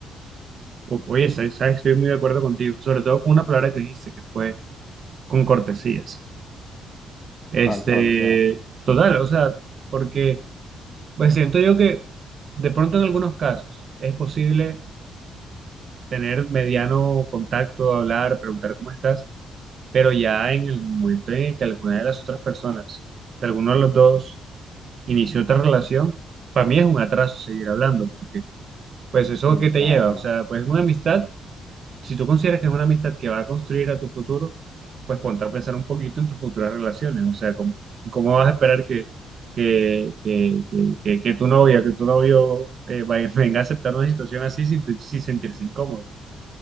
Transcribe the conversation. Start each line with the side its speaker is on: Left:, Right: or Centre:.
Right: O- Oye, sabes, sabes, estoy muy de acuerdo contigo, sobre todo con una palabra que dijiste, que fue con cortesías. Este,
Left: tal cual, o sea,
Right: total, o sea, porque pues siento yo que de pronto en algunos casos es posible tener mediano contacto, hablar, preguntar cómo estás, pero ya en el momento en el que alguna de las otras personas, de alguno de los dos, inició otra relación, para mí es un atraso seguir hablando, porque pues eso
Left: sí,
Right: que te
Left: claro,
Right: lleva, o sea, pues una amistad Si tú consideras que es una amistad que va a construir a tu futuro, pues ponte a pensar un poquito en tus futuras relaciones. O sea, ¿cómo, cómo vas a esperar que, que, que, que, que- que tu novia, que tu novio eh, vaya- <laughs> venga a aceptar una situación así sin, te- sin sentirse incómodo?